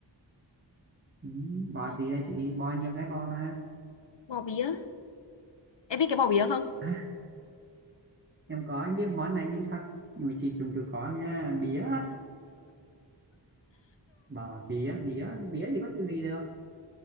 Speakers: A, on the right (about 25°); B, on the left (about 75°).
A: ừ, bò
B: Bò,
A: gì đây chị bò nhiều cái bò mà
B: bò bía. Em biết cái bò bía không?
A: à, em có em biết món này nhưng sao nhưng mà chị dùng từ có nha bía bò bía bía bía thì có cái gì đâu